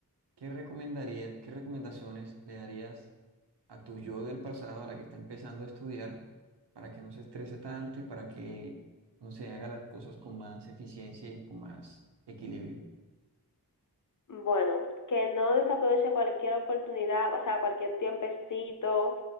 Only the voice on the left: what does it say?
Bueno, que no desaproveche cualquier oportunidad, o sea, cualquier tiempecito